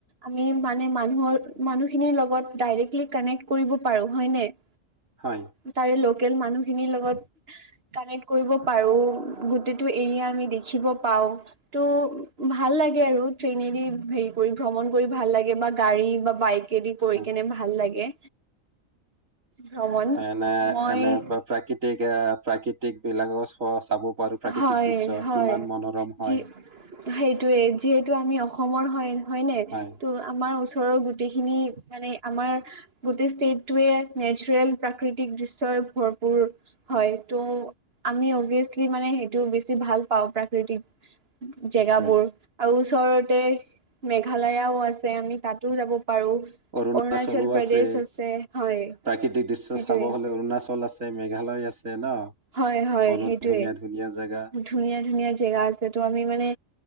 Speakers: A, on the right (about 45°); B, on the right (about 70°).
A: আমি মানে মানুহৰ মানুহখিনিৰ লগত ডাইৰেক্টলি কানেক্ট কৰিব পাৰো। হয় নে? <inaudible>
B: হয়।
A: তাৰে লোকেল মানুহখিনিৰ লগত কানেক্ট কৰিব পাৰো। গোটে টো এৰিয়া আমি দেখিব পাওঁ। ত' ভাল লাগে আৰু ট্ৰেইনেদি হেৰি কৰি ভ্ৰমণ কৰি ভাল লাগে বা গাড়ী বা বাইকেদি কৰি
B: হয়।
A: কেনে ভাল লাগে ভ্ৰমণ।
B: এনে
A: মই
B: এনেকুৱা প্ৰাকৃতিক এ প্ৰাকৃতিক বিলাকৰ চ চাব পাৰো প্ৰাকৃতিক
A: হয়
B: দৃশ্য
A: হয়।
B: কিমান মনোৰম হয়
A: যি সেইটোৱে, যিহেতু আমি অস অসমৰ হয়, হয়নে?
B: হয়
A: ত' আমাৰ ওচৰৰ গোটেইখিনি মানে আমাৰ গোটেই ষ্টেটটোৱে নেচৰেল প্ৰাকৃতিক দৃশ্যই ভৰপূৰ। হয়। ত' আমি অবিয়েচলি মানে সেইটো বেছি ভাল পাওঁ প্ৰাকৃতিক
B: নিশ্চয়
A: জেগাবোৰ। আও ওচৰতে মেঘালয়াও আছে। আমি তাতো যাব পাৰো।
B: অৰুণাচলো
A: অৰুণাচল
B: আছে
A: প্ৰদেশ আছে, হয়।
B: প্ৰাকৃতিক দৃশ্য
A: সেইটোৱে
B: চাব হলে অৰুণাচল আছে মেঘালয় আছে ন?
A: হয় হয়
B: ব--ত
A: সেইটোৱে
B: ধুনীয়া ধু ধুনীয়া জাগা।
A: ধুনীয়া ধুনীয়া জেগা আছে তো। আমি মানে